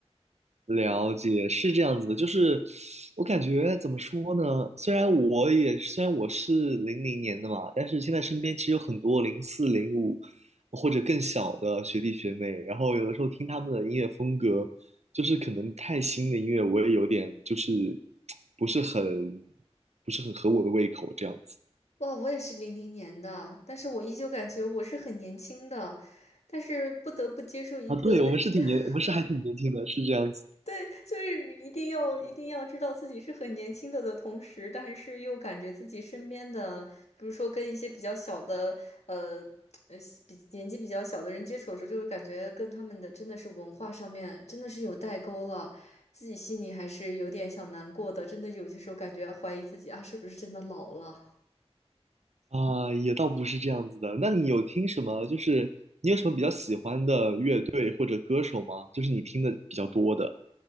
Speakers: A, on the right; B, on the left.
A: 了解，是这样子的，就是我感觉怎么说呢？虽然我也虽然我是零零年的嘛，但是现在身边其实有很多零四、零五或者更小的学弟学妹，然后有的时候听他们的音乐风格，就是可能太新的音乐我也有点就是不是很不是很合我的胃口这样子
B: 哇，我也是零零年的，但是我依旧感觉我是很年轻的，但是不得不接受一个，
A: 啊。对，
B: <laughs>
A: 我们是挺年，我们是还挺年轻的，是这样子。
B: 对，就是你一定要一定要知道自己是很年轻的的同时，但是又感觉自己身边的，比如说跟一些比较小的，呃呃，比年纪比较小的人接触的时候，就会感觉跟他们的真的是文化上面真的是有代沟了，自己心里还是有点小难过的，真的有些时候感觉怀疑自己啊，是不是真的老了。
A: 啊，也倒不是这样子的。那你有听什么？就是你有什么比较喜欢的乐队或者歌手吗？就是你听的比较多的。